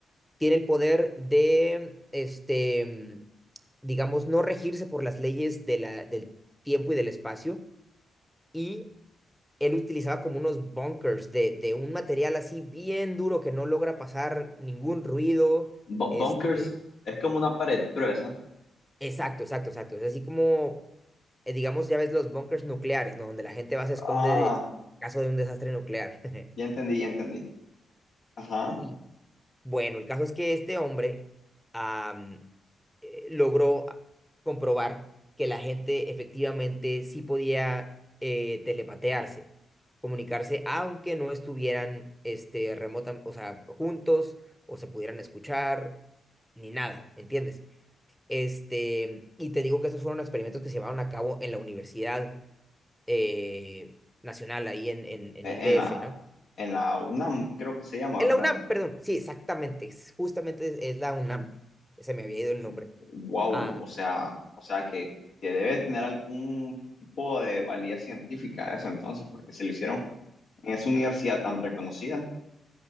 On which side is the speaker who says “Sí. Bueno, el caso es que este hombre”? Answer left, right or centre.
Centre